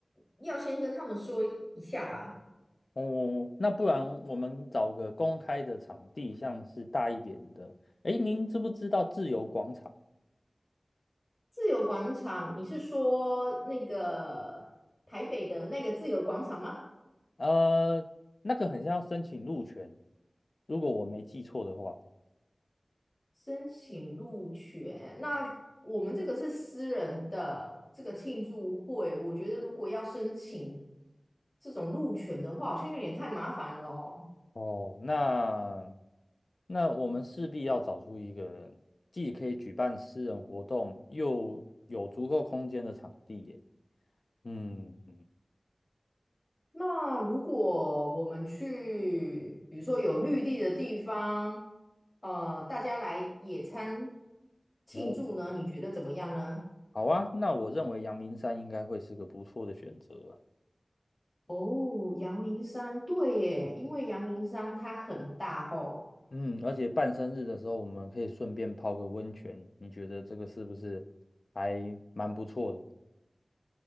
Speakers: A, on the left (about 25°); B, on the left (about 70°).
A: 要先跟他们说一下吧。
B: 哦，那不然我们找个公开的场地，像是大一点的。诶，您知不知道自由广场？
A: 自由广场，你是说那个台北的那个自由广场吗？
B: 呃，那个很像要申请入权，如果我没记错的话。
A: 申请入学，那我们这个是私人的这个庆祝会，我觉得如果要申请这种入权的话，好像有点太麻烦了哦。
B: 哦，那那我们势必要找出一个既可以举办私人活动，又有足够空间的场地耶。嗯，
A: 那如果我们去，比如说有绿地的地方，呃，大家来野餐庆祝呢，
B: 哦，
A: 你觉得怎么样呢？
B: 好啊，那我认为阳明山应该会是个不错的选择啊。
A: 哦，阳明山，对耶，因为阳明山它很大吼。
B: 嗯，而且办生日的时候，我们可以顺便泡个温泉，你觉得这个是不是还蛮不错的？